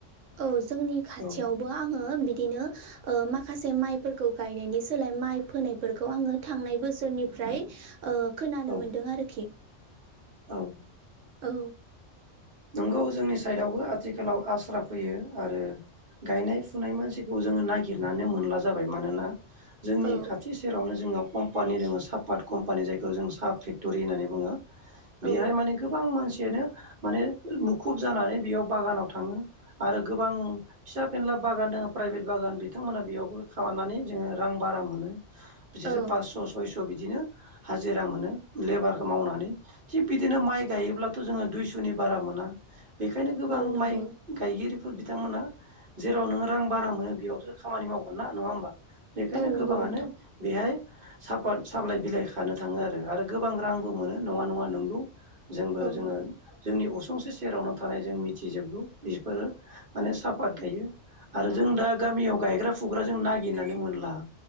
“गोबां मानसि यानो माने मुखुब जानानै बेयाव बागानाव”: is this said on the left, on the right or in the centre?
Right